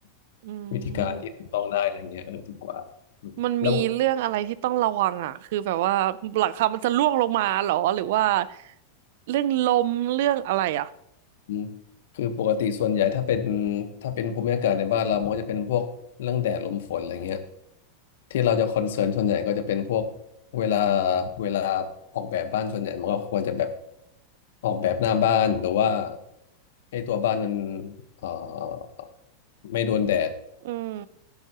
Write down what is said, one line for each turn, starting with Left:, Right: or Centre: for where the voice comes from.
Left: ำวิธีการที่ถูกต้องได้อะไรเงี้ยเออดีกว่าอืมแล้ว
Right: อืมมันมีเรื่องอะไรที่ต้องระวังอ่ะคือแบบว่าหลังคามันจะร่วงลงมาเหรอหรือว่าเรื่องลมเรื่องอะไรอ่ะ
Left: อืมคือปกติส่วนใหญ่ถ้าเป็นถ้าเป็นภูมิอากาศในบ้านเรามันก็จะเป็นพวกเรื่องแดดลมฝนอะไรเงี้ย ที่เราจะคอนเซิร์นส่วนใหญ่ก็จะเป็นพวกเวลาเวลาออกแบบบ้านส่วนใหญ่มันก็ควรจะแบบออกแบบหน้าบ้านหรือว่าให้ตัวบ้านมันเอ่อไม่โดนแดด
Right: อืม